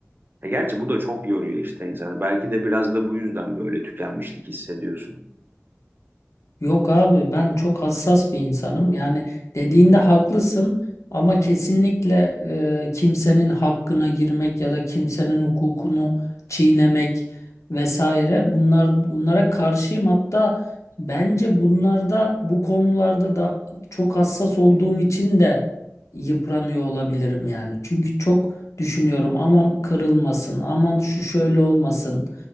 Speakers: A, on the right (about 45°); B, on the left (about 90°).
A: E gerçi bu da çok yoruyor işte insanı. Belki de biraz da bu yüzden böyle tükenmişlik hissediyorsun.
B: Yok abi ben çok hassas bir insanım. Yani dediğinde haklısın ama kesinlikle e, kimsenin hakkına girmek ya da kimsenin hukukunu çiğnemek vesaire bunlar bunlara karşıyım. Hatta bence bunlarda bu konularda da çok hassas olduğum için de yıpranıyor olabilirim yani. Çünkü çok düşünüyorum aman kırılmasın, aman şu şöyle olmasın